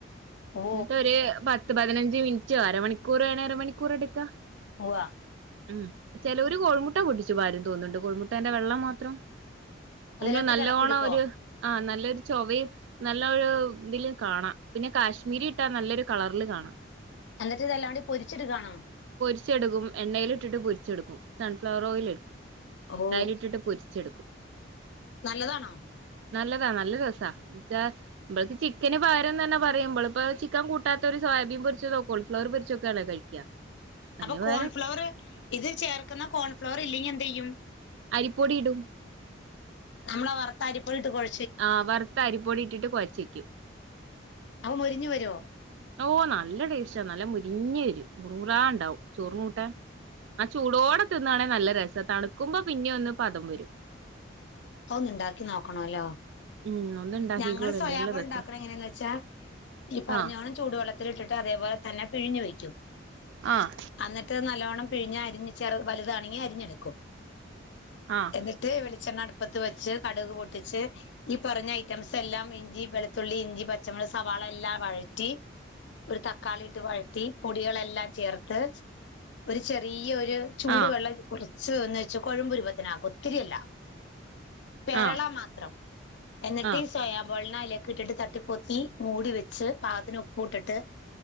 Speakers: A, on the left; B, on the right.
A: ഓ
B: ന്നട്ട് ഒരു പത്ത് പതിനഞ്ച് മിനിറ്റൊ അരമണിക്കൂർ വേണേ അര മണിക്കൂർ എടുക്കാ
A: ഉവ്വ
B: ഉം ചെലോരു കോഴിമുട്ട പൊട്ടിച്ചു പാരും തോന്നുന്നുണ്ട് കോഴിമുട്ടേന്റെ വെള്ളം മാത്രം
A: അതിലേക്കിട്ട്
B: ഒന്ന് നല്ലോണം
A: ഇളക്കിയെടുക്കോ
B: ഒരു ആഹ് നല്ലൊരു ചൊവയും നല്ലൊരു ഇതില് കാണാം പിന്നെ കാശ്മീരി ഇട്ടാ നല്ലൊരു കളറിൽ കാണാം
A: എന്നിട്ട് ഇതെല്ലാണ്ട പൊരിച്ചെടുക്കാണോ
B: പൊരിച്ചെടുക്കും എണ്ണയിൽ ഇട്ടിട്ട് പൊരിച്ചെടുക്കും സൺഫ്ലവർ ഓയിൽ എടുക്കും
A: ഓ
B: അതിൽ ഇട്ടിട്ട് പൊരി ച്ചെടുക്കും
A: നല്ലതാണോ
B: നല്ലതാ നല്ല രസാ ച്ചാ ഇമ്പളിത് ചിക്കന് പകരം തന്നെ പറയും ഇമ്പളിപ്പൊ ചിക്കൻ കൂട്ടാത്തതോര് സോയാബീൻ പൊരിച്ചതോ കോളിഫ്ലവർ പൊരിച്ചോക്കെയാണല്ലോ കഴിക്കാ
A: അപ്പൊ
B: അതിന് പകരം
A: കോൺഫ്ലവർ ഇത് ചേർക്കുന്ന കോൺഫ്ലവർ ഇല്ലെങ്കിൽ എന്ത് ചെയ്യും
B: അരിപ്പൊടി ഇടും
A: നമ്മള വറുത്ത അരിപ്പൊടി ഇട്ട് കൊഴ
B: ആഹ് വറുത്ത അരിപ്പൊടി ഇട്ടിട്ട് കൊഴച്ചയ്ക്കും
A: അവ മൊരിഞ്ഞു വരോ
B: ഓഹ് നല്ല ടേസ്റ്റാ നല്ല മുരിഞ്ഞ് വരും മുറു മുറാ ഉണ്ടാവും ചോറിന് കൂട്ട ആ ചൂടോടെ തിന്നാണെ നല്ല രസാ തണുക്കുമ്പോ പിന്നെ ഒന്ന് പദം വരും
A: അതൊന്നുണ്ടാക്കി നോക്കണല്ലോ
B: ഉം ഒന്ന് ഇണ്ടാക്കിക്കോളിണ്ട്
A: ഞങ്ങള് സോയാബോൾ
B: നല്ല രസാ
A: ഉണ്ടാക്ക്ണെ എങ്ങനെയന്ന് വച്ചാ ഈ പറഞ്ഞോണം
B: ആഹ്
A: ചൂടുവെള്ളത്തിലിട്ടിട്ട് അതേപോലെ തന്നെ പിഴിഞ്ഞു വെക്കും
B: ആഹ്
A: അന്നിട്ട് നല്ലോണം പിഴിഞ്ഞ് അരിഞ്ഞ് ചെറു വലുതാണെങ്കിൽ അരിഞ്ഞെടുക്കും
B: ആഹ്
A: എന്നിട്ട് വെളിച്ചെണ്ണ അടുപ്പത്ത് വെച്ച് കടുക് പൊട്ടിച്ച്,, ഈ പറഞ്ഞ ഐറ്റംസ് എല്ലാം ഇഞ്ചി വെളുത്തുള്ളി ഇഞ്ചി പച്ചമുള സവാള എല്ലാം വഴറ്റി ഒരു തക്കാളി ഇട്ട് വഴറ്റി പൊടികളെല്ലാം ചേർത്ത് ഒരു ചെറിയൊരു ചൂട്
B: ആഹ്
A: വെള്ളം കുറച്ച് ഒന്ന് വെച്ച കൊഴമ്പ് രൂപത്തിലാക്കും ഒത്തിരിയല്ല പേരളമാത്രം
B: ആഹ്
A: എന്നിട്ട്,,
B: ആഹ്
A: സോയബോളിനെ അതിലേക്ക് ഇട്ടിട്ട് തട്ടിപ്പൊത്തി മൂടി വെച്ച് പാകത്തിന് ഉപ് ഉപ്പുട്ടിട്ട്